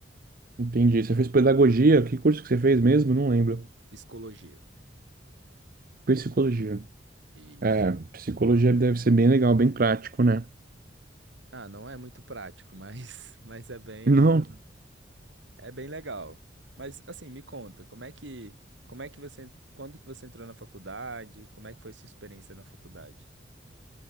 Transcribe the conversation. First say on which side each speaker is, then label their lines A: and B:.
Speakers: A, on the right; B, on the right.
A: Entendi. Você fez pedagogia? Que curso que você fez mesmo? Não lembro.
B: Psicologia.
A: Psicologia.
B: Isso.
A: É, psicologia deve ser bem legal, bem prático, né?
B: Ah, não é muito prático, mas, <laughs> mas é bem.
A: Não,
B: É bem legal. Mas assim, me conta, como é que, como é que você, quando que você entrou na faculdade? Como é que foi sua experiência na faculdade?